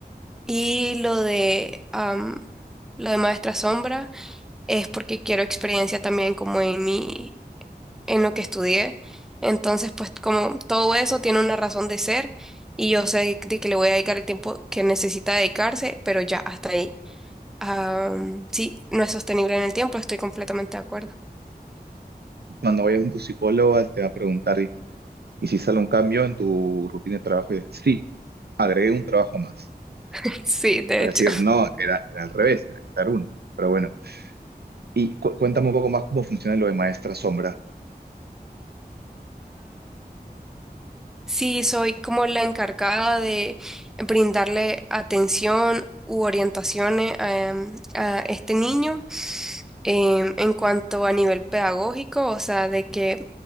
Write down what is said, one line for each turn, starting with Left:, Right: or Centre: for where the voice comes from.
Centre: y lo de, am, lo de Maestra Sombra es porque quiero experiencia también como en mi, en lo que estudié. Entonces, pues como todo eso tiene una razón de ser y yo sé de que le voy a dedicar el tiempo que necesita dedicarse, pero ya hasta ahí. Am, sí, no es sostenible en el tiempo, estoy completamente de acuerdo.
Right: Cuando vayas con tu psicóloga te va a preguntar, ¿y y si sale un cambio en tu rutina de trabajo? Y dices, sí, agregué un trabajo más.
Centre: <laughs> Sí, de
Right: Te va
Centre: hecho.
Right: a decir, no, era, era al revés, era quitar uno. Pero bueno, y cu- cuéntame un poco más cómo funciona lo de maestra sombra.
Centre: Sí, soy como la encargada de brindarle atención u orientaciones a, em, a este niño em, en cuanto a nivel pedagógico, o sea, de que